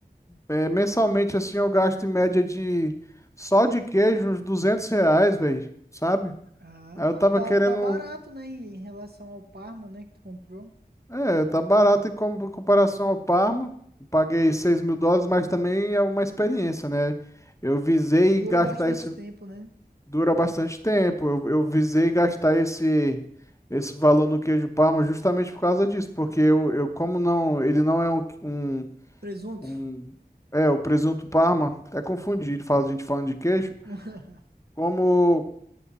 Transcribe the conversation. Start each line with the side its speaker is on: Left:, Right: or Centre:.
Left: é, mensalmente, assim, eu gasto em média de, só de queijo, uns 200 reais, velho, sabe?
Right: Ah,
Left: Aí
Right: não,
Left: eu tava
Right: tá,
Left: querendo
Right: tá barato, né? Em relação ao Parma, né, que tu comprou.
Left: É, tá barato em com- em comparação ao Parma. Paguei seis mil dólares, mas também é uma experiência, né? Eu visei
Right: E dura
Left: gastar
Right: bastante
Left: esse.
Right: tempo, né?
Left: Dura bastante tempo. Eu, eu visei gastar esse, esse valor no queijo Parma justamente por causa disso, porque eu, eu como não. Ele não é um, um,
Right: Presunto.
Left: um- É, o presunto Parma, até confundido, fala a gente falando de queijo.
Right: <laughs>
Left: Como